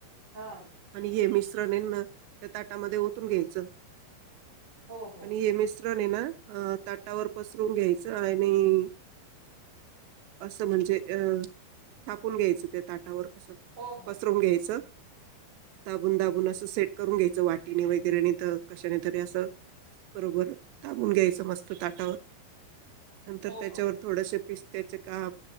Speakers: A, on the right; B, on the right.
A: हां.
B: आणि हे मिस श्रण हैंन त्या ताटामध्ये ओतून घ्यायचं.
A: हो, हो.
B: आणि हे मिस श्रण हे ना अ ताटावर पसरून घ्यायचं आणि असं म्हणजे अ थापून घ्यायचं त्यात ताटावर असं
A: हो, हो.
B: पसरवून घ्यायचं दाबून दाबून अस सेट करून घ्यायचं वाटीने वगैरे नाहीत कशाने तरी असं बरोबर ताबून घ्यायचं मस्त ताटावर नंतर
A: हो,
B: त्याच्यावर
A: हो.
B: थोडसे पिस्त्याचे काप